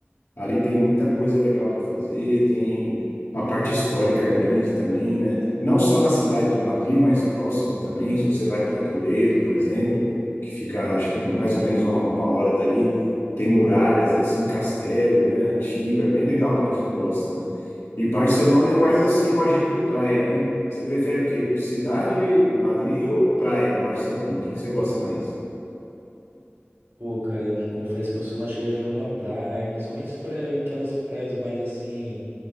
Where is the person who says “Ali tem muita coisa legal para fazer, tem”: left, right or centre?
Left